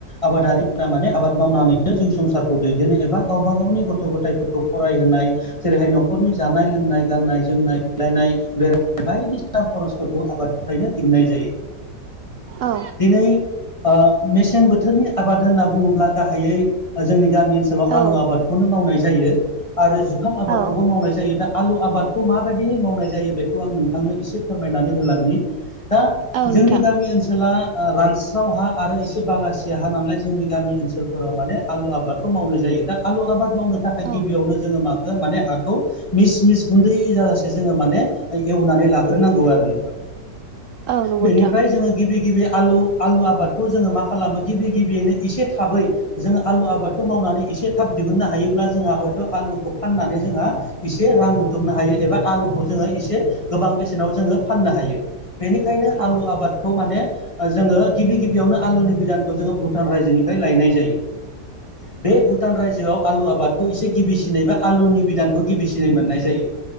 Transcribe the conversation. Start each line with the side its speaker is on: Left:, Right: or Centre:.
Left: आबादारिफोरा माने आबाद मावनानै <unintelligible> जिउ संसारखौ दै <unintelligible> एबा गावबा गावनि गथ' गथायफोरखौ फरायहोनाय जेरैहाय न'खरनि जानाय लोंनाय गाननाय जोमनाय देलायनाय बेरायनाय बायदिसिना खरसफोरखौ आबादनिफ्रायनो दिहुननाय जायो।
Right: औ
Left: दिनै ओ मेसें बोथोरनि आबाद होनना बुङोब्ला गाहायै ओ जोंनि गामि ओनसोलाव
Right: औ
Left: आलु आबादखौनो मावनाय जायो। आरो जुखाम आबादखौबो
Right: औ
Left: मावनाय जायो दा आलु आबादखौ माबायदि मावनाय जायो बेखौ आं नोंथांनो इस फोरमायनानै होलांनि दा
Right: औ
Left: जोंनि
Right: नोंथां
Left: गामि ओनसोला ओ रानस्राव हा आरो इसे बालासिया हा नालाय जोंनि गामि ओनसोलफोराव माने आलु आबाद खौ मावनाय जायो। दा आलु आबाद मावनो थाखाय
Right: औ
Left: गिबियावनो जोङो मोखो माने हाखौ मिस - मिस गुन्दै जाजासे जोङो माने एवनानै लाग्रोनांगौ आरो नोंथां।
Right: औ नंगौ
Left: बेनिफ्राय
Right: नोंथां
Left: जोङो गिबि गिबि आलु आलु आबादखौ जोङो मा खालामो गिबि गिबियैनो एसे थाबै जोंङो आलु आबादखौ मावनानै एसे थाब दिहुननो हायोब्ला जोंहा हयथ' आलु फनानै जों एसे रां बुथुमनो हायो एबा आलुखौ जो एसे गोबां बेसे नाव जोङो फाननो हायो बेनिखायनो
Right: औ
Left: आलु आबाद खौ माने जोङो गिबि गिबियावनो आलुनि बिदानखौ जोङो भुटान रायजोनिफ्राय लायनाय जायो। <unintelligible> बे भुटान रायजोआव आलु आबादखौ एसे गिबिसिनै बा आलुनि बिदानखौ गिबिसिनै मोननाय जायो।